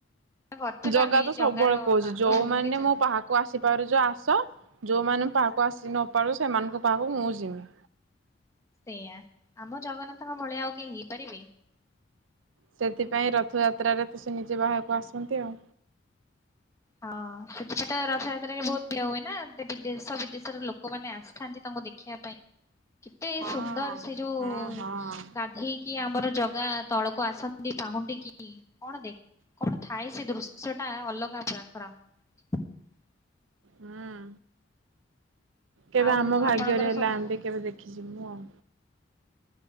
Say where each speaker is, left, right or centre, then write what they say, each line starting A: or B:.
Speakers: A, on the left; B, on the right.
A: କରିଥିଲୁ
B: ଜଗା
A: ଆମେ ଏଇ
B: ତ ସବୁବେଳେ
A: ଜଗାର
B: କହୁଛି
A: ମାତୃଭୂମିରେ
B: ଯୋଉମାନୋନ
A: ଜନ୍ମ
B: ମୋ ପାହାକୁ ଆସି ାରୁଛ ଆସ ଯୋଉମାନେ ପାହାକୁ ଆସି ନପାରୁ ସେମାନଙ୍କ ପାହାକୁ ମୁଁ ଯମି
A: ଆଜ୍ା ଆମ ଜଗନ୍ନାଥଙ୍କ ଭଳିଆ ଆଉ କିଏ ହେଇପାରିବି।
B: ସେଥିପାଇଁ ରଥଯାତ୍ରାରେ ତ ସେ ନିଜେ ବାହାକୁ ଆସନ୍ତି ଆଉ।
A: ହଁ <inaudible> ତ ରଥଯାତ୍ରାରେ ବହୁତ <inaudible> ବିଦେଶ ବି ଦେଶର ଲୋକମାନେ ଆସିଥାନ୍ତି ତାଙ୍କୁ ଦେଖିବା ପାଇଁ କେତେ
B: ହଁ
A: ସୁନ୍ଦର ସେ ଯୋଉ
B: ହଁ ହଁ
A: ଗାଧେଇକି ଆମର ଜଗା ତଳକୁ କ <inaudible> ଦ ପାହୁଡି କି କଣ ଦେଖ କଣ ଥାଏ ସେ ଦୃଶ୍ୟ ା ଅଲଗା ପୁରା <unintelligible>
B: ହଁ। କେବେ
A: ଆଉ
B: ଆମ ଭାଗ୍ୟରେ
A: ଆପଣଙ୍କର
B: ହେଲା
A: ସବୁ
B: ଏମତି କେବେ ଦେଖିଛି ମୁଁ ଆଉ।